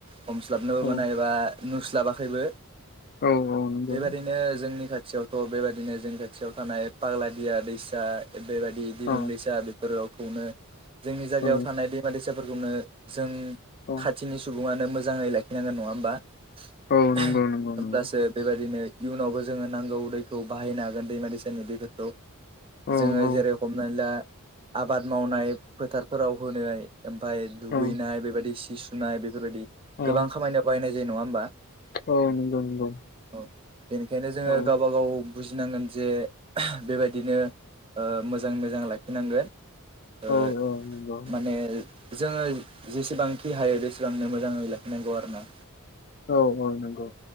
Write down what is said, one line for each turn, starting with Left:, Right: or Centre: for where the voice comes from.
Right: हमस्लाबनोबो
Left: औ
Right: मोना एबा नुस्लाबाखैबो
Left: औ औ नंगौ
Right: बेबादिनो जोंनि खाथि खाथियावथ' बेबायदिनो जोंनि खाथियाव थानाय पाग्लादिया दैसा बेबायदि दिरिं
Left: औ
Right: दैसा बेफोराव खौनो जोंनि जायगायाव
Left: औ
Right: थानाय दैमा दैसा फोरखौनो जों
Left: औ
Right: खाथिनि सुबुङनो मोजाङै लाखिनांगोन नङा होमबा?
Left: औ नंगौ
Right: होमब्लासो
Left: नंगौ नंगौ
Right: बेबायदिनो इयुनावबो जोङो नांगौ दैखौ बाहायनो हागोन दैमा दैसानि दैफोरखौ।
Left: औ
Right: जोङो
Left: औ
Right: जेरै हमनानै ला आबाद मावनाय फोथारफोराव होनाय ओमफाय दुगैनाय
Left: औ
Right: बेबायदि सि सुनाय बेफोरबायदि
Left: औ
Right: गोबां खामानियाव बाहायनाय जायो नङा होमबा?
Left: औ नंगौ नंगौ।
Right: औ बेनिखायनो जोङो
Left: औ
Right: गावबागाव बुजिनांगोन जे बेबायदिनो ओ मोजां मोजां लाखिनांगोन। ओ
Left: औ औ नंगौ।
Right: माने जोङो जेसेबांखि हायो बेसेबांनो मोजाङै लाखिनांगौ आरोना।
Left: औ औ नंगौ।